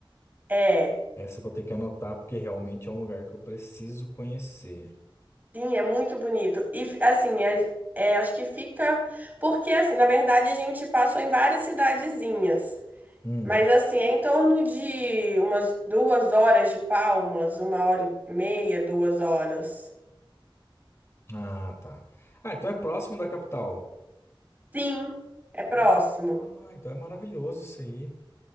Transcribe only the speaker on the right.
É,
sim, é muito bonito. E fi- assim, é- é, acho que fica. Porque, assim, na verdade, a gente passou em várias cidadezinhas.
Mas assim, é em torno de umas duas horas de Palmas, uma hora e meia, duas horas.
Sim, é próximo.